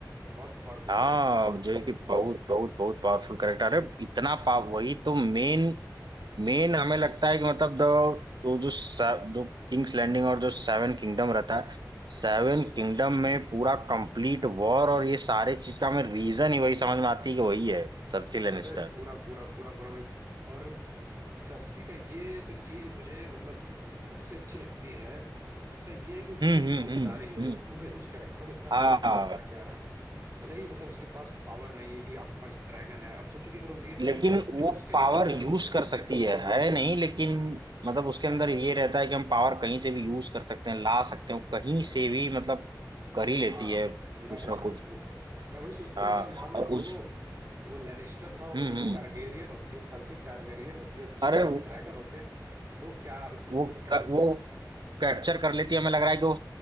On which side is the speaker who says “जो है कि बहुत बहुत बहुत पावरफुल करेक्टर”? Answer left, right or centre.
Right